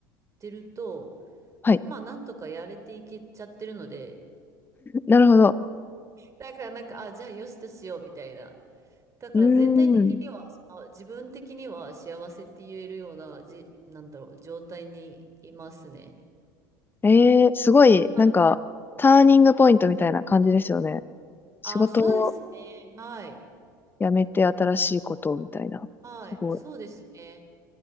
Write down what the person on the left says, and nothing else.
はい。
なるほど。
うーん。
ええすごい、
なんか、ターニングポイントみたいな感じですよね。
仕事を
辞めて新しいことをみたいな。
すごい。